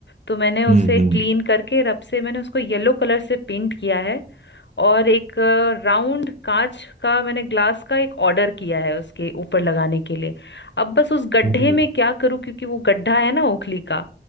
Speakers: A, on the left; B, on the right.
A: तो मैंने उसे
B: हम्म हम्म
A: क्लीन करके रब से मैंने उसको येलो कलर से पेंट किया है और एक राउंड कांच का मैंने ग्लास का एक ऑर्डर किया है उसके ऊपर लगाने के लिए अब बस उस गड्ढे
B: हम्म।
A: में क्या करूं क्योंकि वो गड्ढा है ना ओखली का